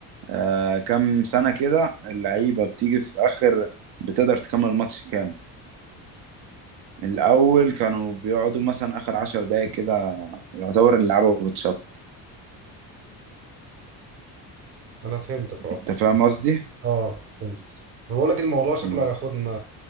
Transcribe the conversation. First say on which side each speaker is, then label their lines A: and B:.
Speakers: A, on the right; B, on the right.
A: آه كام سنه كده اللعيبه بتيجي في اخر بتقدر تكمل ماتش كامل الأول كانوا بيقعدوا مثلا آخر عشر دقايق كده يعتبر اللعبة بتشط
B: أنا فهمتك أه
A: أنت فاهم قصدي؟
B: أه فهمت بقول لك الموضوع شكله
A: مم.
B: هياخدنا